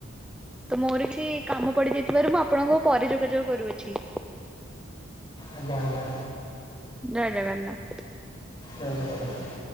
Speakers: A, in the centre; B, on the left.
A: ତ ମୋର କିଛି କାମ ପଡି ଯାଇଥିବାରୁ ମୁଁ ଆପଣଙ୍କୁ ପରେ ଯୋଗାଯୋଗ କରୁଅଛି। <inaudible>
B: ଆଜ୍ଞା ଆଜ୍ଞା
A: ଜୟ ଜଗନ୍ନାଥ
B: ଜୟ ଜଗନାଥ